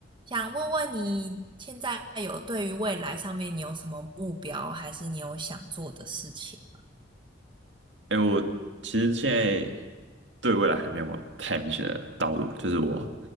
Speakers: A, on the right; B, on the right.
A: 想问问你现在有对于未来上面你有什么目标，还是你有想做的事情吗？
B: 哎、我其实现在对未来还没有太明显的道路，就是我